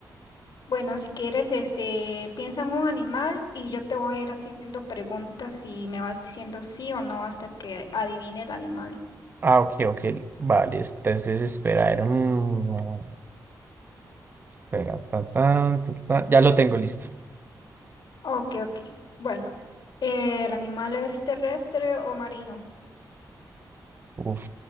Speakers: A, on the left (about 75°); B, on the right (about 30°).
A: Bueno, si quieres, este, piensa en un animal y yo te voy a ir haciendo preguntas y me vas diciendo sí o no hasta que adivine el animal.
B: Ah, ok, ok, vale, entonces espera, a ver, mm, espera, ta, ta, ta, ta, ya lo tengo listo.
A: Ok, ok. Bueno, eh, ¿el animal es terrestre o marino?
B: Uf.